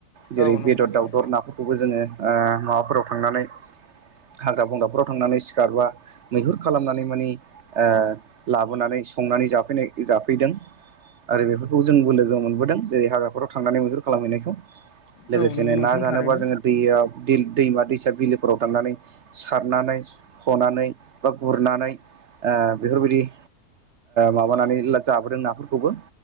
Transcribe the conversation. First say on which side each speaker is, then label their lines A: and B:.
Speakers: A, on the right; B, on the left.
A: जेरै
B: औ नंगौ नोंथां औ नंगौ
A: बेदर
B: नोंथां
A: दाउदर नाफोरखौबो जोङो ओ माबाफोराव थांनानै हाग्रा बंग्राफोराव थांनानै सिखार बा मैहुर खालामनानै मानि ओ लाबोनानै संनानै जाफैनाय जाफैदों। आरो बेफोरखौ जोंबो लोगो मोनबोदों जेरै हाग्राफोराव थांनानै मैहुर खालामहैनायखौ। लोगोसेनो
B: औ नंगौ नोंथां
A: ना जानोबा
B: थारैनो
A: जोङो दैयाव दै दैमा दैसा बिलोफोराव थांनानै सारनानै हनानै बा गुरनानै ओ बेफोरबायदि ओ माबानानै जाबोदों नाफोरखौबो